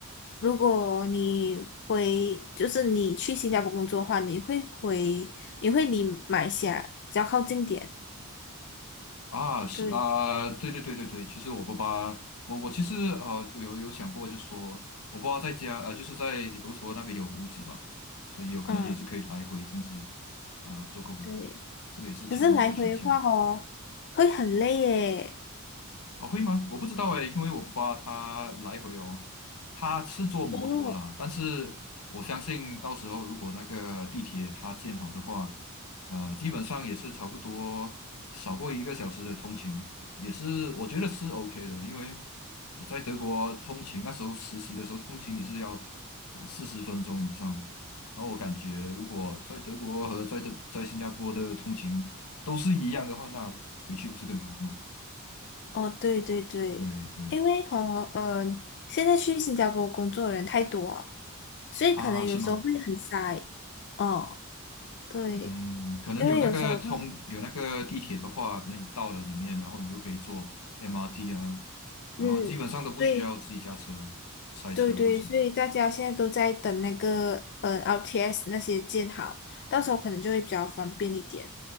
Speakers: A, on the left; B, on the left.
A: 如果你回，就是你去新加坡工作的话，你会回，你会离马来西亚比较靠近点，
B: 啊，是啊，
A: 对，
B: 对对对对对，其实我爸爸，我我其实呃有有想过，就说我爸爸在家呃就是在卢梭那边有屋子嘛，所以有可能也是可以来回这样子
A: 嗯，
B: 啊、做工，
A: 对。
B: 这个也是其中一个选项。
A: 可是来回的话哦，会很累耶。
B: 哦，会吗？我不知道哎，因为我不爸他来回哦。他是坐摩托啦，
A: 哦
B: 但是我相信到时候如果那个地铁它建好的话，呃，基本上也是差不多少过一个小时的通勤，也是我觉得是 OK 的，因为我在德国通勤那时候实习的时候通勤也是要呃四十分钟以上，然后我感觉如果在德国和在这在新加坡的通勤都是一样的话，那回去不是更好吗？
A: 哦，对对对，
B: 对对。
A: 因为和呃，现在去新加坡工作的人太多了，所以可能有时候会很塞。
B: 啊，是吗？
A: 哦，对。
B: 嗯，可能有那个通，
A: 因为有时候会，
B: 有那个地铁的话，可能你到了里面，然后你就可以坐 MRT 啊，然后基本上都不需要自己驾车、
A: 嗯，对
B: 塞车或者什么。
A: 对对，所以大家现在都在等那个呃 LTS 那些建好，到时候可能就会比较方便一点。